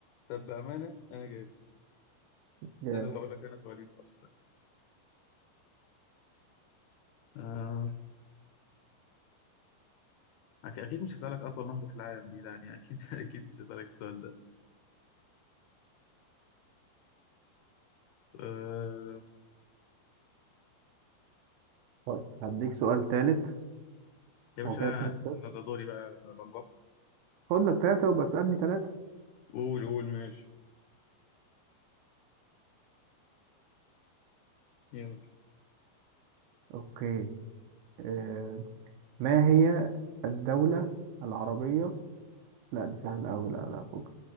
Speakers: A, on the left; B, on the right.
A: طب بأمانة أنا جايب
B: جامد
A: استنى بقى أقول لك أنا سؤالين بقى استنى آه، أكيد أكيد مش هسألك أطول نهر في العالم دي يعني أكيد <laughs> أكيد مش هسألك السؤال ده آه،
B: طيب هديك سؤال تالت
A: يا باشا
B: هو كده
A: لا
B: اتنين صفر
A: استنى ده دوري بقى والله
B: خد لك ثلاثة وبقى اسألني ثلاثة
A: قول قول ماشي يلا
B: أوكي آه ما هي الدولة العربية لا دي سهلة أوي لا لا فوق